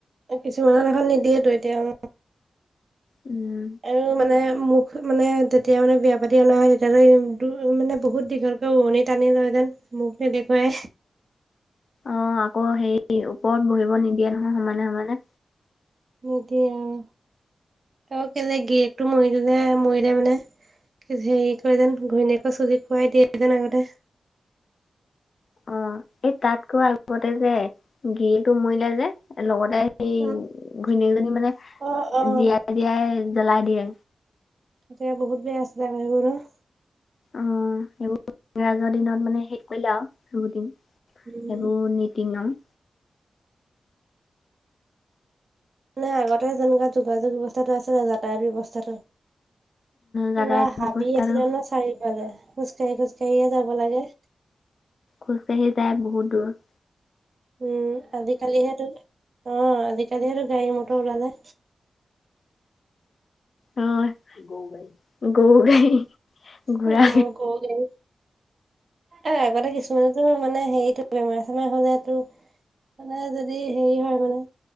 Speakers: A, on the right (about 55°); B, on the left (about 60°).
A: এই কিছুমানত দেশত নিদিয়েতো এতিয়াও।
B: উম।
A: আৰু মানে মুখ মানে তেতিয়া মানে বিয়া পাতি অনা হয় তেতিয়ালৈ মানে বহুত দীঘল। তু উনি টানি লয় যেন মোক নে দেখুৱাই।
B: অ আকৌ হেৰি ওপৰত বহিব নিদিয়ে নহয় সমানে সমানে।
A: নিদিয়ে এই অ কেলে গিৰিয়েকতু মৰি দিলে মৰিলে মানে হেৰি কৰে যেন ঘৈণীয়েকৰ চুলি খুৱাই দিয়ে যেন আগতে।
B: অ এই তাতকৈ আগতে যে গৰিটো মৰিলে যে লগতে এই
A: অ',
B: ঘৈণীয়েকজনী মানে
A: অ', অ',
B: জীয়াই দিয়াই জ্বলাই দিয়ে।
A: তেতিয়া বহুত বেয়া আছিলে <unintelligible>
B: উম সেইবোৰ ইংৰাজৰ দিনত মানে শেষ কৰিলে আও সেইবোৰ দিন।
A: উম।
B: এইবোৰ নীতি নিয়ম।
A: নাই আগতে যেনেকুৱা যোগাযোগ ব্যৱস্থাটো আছে যাতায়ত ব্যৱস্থাটো।
B: যাতায়াত
A: পুৰা হাবি
B: ব্যৱস্থাটো
A: আছিলে ন চাৰিওফালে খোজ কাঢ়ি খোজ কাঢ়িয়ে যাব লাগে।
B: খোজকাঢ়ি যায় বহুত দূৰত।
A: উম আজিকালিহেতো অৱ আজিকালিহেতো গাড়ী মটৰ ওলালে।
B: অৱ গৌও গাড়ী। ঘোঁৰা
A: অৱ গোও গাড়ী। এ আগতে কিছুমানতো মানে হেৰিটো বেমাৰ চেমাৰ হলেটো মানে যদি হেৰি হয় মানে